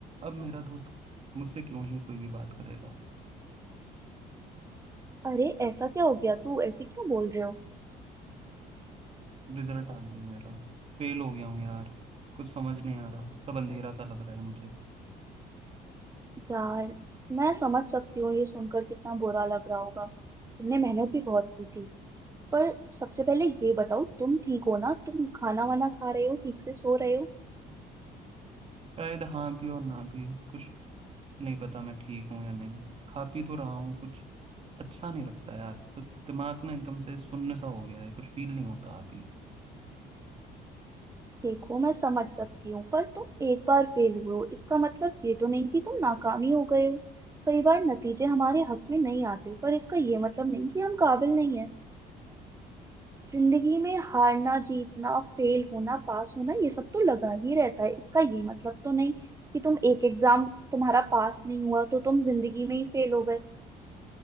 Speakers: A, on the right; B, on the right.
A: अब मेरा दोस्त मुझसे क्यों ही कोई भी बात करेगा
B: अरे ऐसा क्या हो गया तू ऐसे क्यों बोल रहे हो
A: रिजल्ट आ गया है मेरा फेल हो गया हूँ यार कुछ समझ नहीं आ रहा सब अंधेरा सा लग रहा है मुझे
B: यार मैं समझ सकती हूँ ये सुनकर कितना बुरा लग रहा होगा तुमने मेहनत भी बहुत की थी पर सबसे पहले ये बताओ तुम ठीक हो ना तुम खाना वाना खा रहे हो ठीक से सो रहे हो
A: शायद हाँ भी और ना भी कुछ नहीं पता मैं ठीक हूँ या नहीं खा पी तो रहा हूँ कुछ अच्छा नहीं लगता यार बस दिमाग ना एकदम से सुन्न सा हो गया है कुछ फील नहीं होता अभी
B: देखो मैं समझ सकती हूँ पर तुम एक बार फेल हुए हो इसका मतलब ये तो नहीं कि तुम नाकामी हो गए हो कई बार नतीजे हमारे हक में नहीं आते पर इसका ये मतलब नहीं कि हम काबिल नहीं है जिंदगी में हारना जीतना फेल होना पास होना ये सब तो लगा ही रहता है इसका ये मतलब तो नहीं कि तुम एक एग्जाम तुम्हारा पास नहीं हुआ तो तुम जिंदगी में ही फेल हो गए